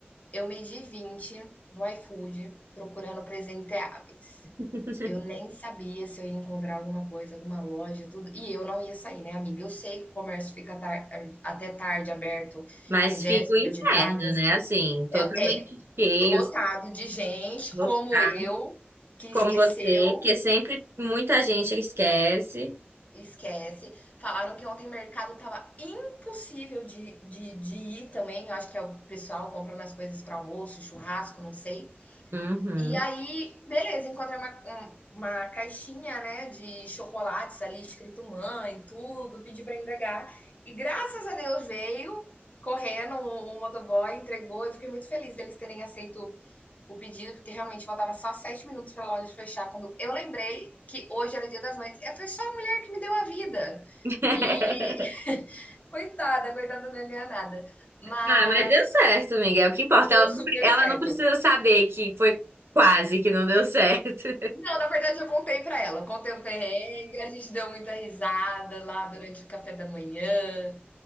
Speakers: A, on the left; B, on the right.
A: Eu medi 20 no iFood procurando presenteáveis.
B: <laughs>
A: Eu nem sabia se eu ia encontrar alguma coisa, alguma loja, tudo. E eu não ia sair, né, amiga? Eu sei que o comércio fica tar- até tarde aberto
B: Mas
A: em véspera
B: fica o inferno,
A: de datas.
B: né? Assim, totalmente
A: É, é,
B: cheio,
A: lotado de gente
B: lotado,
A: como eu, que esqueceu,
B: como você, porque sempre muita gente esquece.
A: esquece. Falaram que ontem o mercado tava impossível de, de, de ir também. Eu acho que é o pessoal comprando as coisas para almoço, churrasco, não sei.
B: Uhum.
A: E aí, beleza, encontrei uma, um- uma caixinha, né, de chocolates ali, escrito mãe, tudo, pedi para entregar. E graças a Deus veio correndo o, o motoboy, entregou. Eu fiquei muito feliz deles terem aceito o pedido, porque realmente faltava só sete minutos para a loja fechar. Quando eu lembrei que hoje era Dia das Mães, é, foi só a mulher que me deu a vida.
B: <laughs>
A: E <laughs> coitada, coitada, não ia ganhar nada. Mas
B: Ah, mas deu certo, Miguel. O que importa?
A: deu
B: Ela não,
A: super
B: pre- ela
A: certo.
B: não precisa saber que foi quase que não deu certo.
A: Não, na verdade eu contei pra ela, eu contei o perrengue, a gente deu muita risada lá durante o café da manhã.